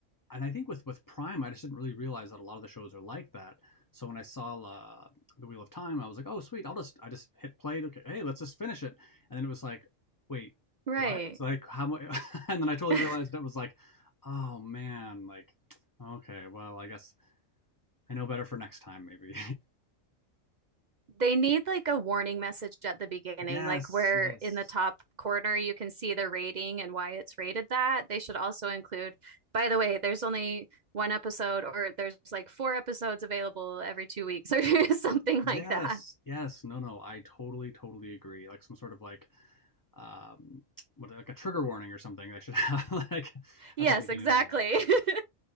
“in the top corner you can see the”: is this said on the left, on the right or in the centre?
Right